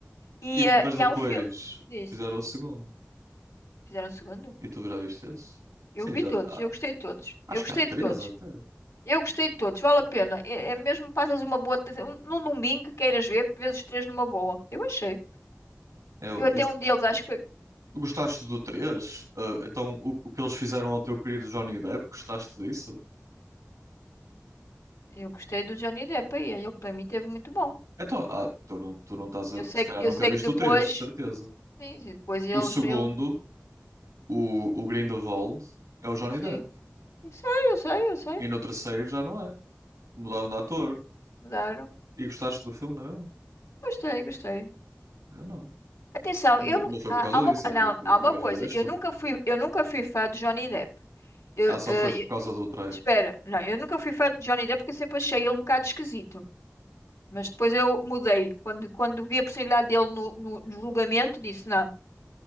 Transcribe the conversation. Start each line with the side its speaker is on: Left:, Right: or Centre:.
Left: E,
Right: E-
Left: eh,
Right: mas
Left: e
Right: depois
Left: há um filme. Diz.
Right: fizeram o segundo.
Left: Fizeram o segundo?
Right: E tu já viste esse?
Left: Eu
Right: Sim,
Left: vi
Right: já.
Left: todos.
Right: há-
Left: Eu gostei de todos.
Right: Acho
Left: Eu gostei
Right: que há três
Left: de todos.
Right: até.
Left: Eu gostei de todos. Vale a pena. É, é mesmo passas uma boa. te- Um, num domingo, queiras ver, vês os três numa boa. Eu achei.
Right: Eu,
Left: Eu até um deles, acho que foi.
Right: Gostaste do 3? Ah, então, o, o que eles fizeram ao teu querido Johnny Depp, gostaste disso?
Left: Eu gostei do Johnny Depp aí. Ele para mim teve muito bom.
Right: Então, ah, tu não, tu não estás
Left: Eu
Right: a.
Left: sei,
Right: Se calhar
Left: que- eu
Right: nunca
Left: sei
Right: viste
Left: que depois.
Right: o 3, de certeza.
Left: Sim, sim, depois eles.
Right: O segundo,
Left: Ele,
Right: o, o Grindelwald, é o Johnny
Left: sim.
Right: Depp.
Left: Eu sei, eu sei, eu sei.
Right: E no terceiro já não é. Mudaram de ator.
Left: Mudaram.
Right: E gostaste do filme, não é mesmo?
Left: Gostei, gostei.
Right: Eu não.
Left: Atenção,
Right: Não,
Left: eu
Right: não
Left: nu-
Right: foi
Left: há,
Right: por causa
Left: há uma,
Right: disso, é
Left: não,
Right: porque
Left: há
Right: o
Left: uma
Right: enredo
Left: coisa,
Right: é estúpido.
Left: eu nunca fui, eu nunca fui fã de Johnny Depp. Eu,
Right: Ah, só
Left: eh,
Right: foste por
Left: eu-
Right: causa do trailer.
Left: espera, não, eu nunca fui fã de Johnny Depp porque eu sempre achei ele um bocado esquisito. Mas depois eu mudei. Quando, quando vi a possibilidade dele no, no, no julgamento, disse, não,